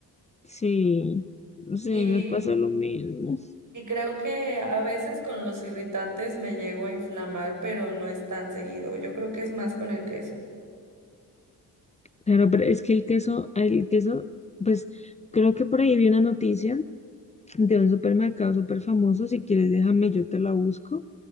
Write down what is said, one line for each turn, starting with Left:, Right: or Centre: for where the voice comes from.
Left: Sí, sí,
Right: y...
Left: me pasa lo mismo.
Right: Y creo que a veces con los irritantes me llego a inflamar, pero no es tan seguido. Yo creo que es más con el queso.
Left: Claro, pero es que el queso, el queso, pues creo que por ahí vi una noticia. de un supermercado súper famoso. Si quieres, déjame, yo te la busco,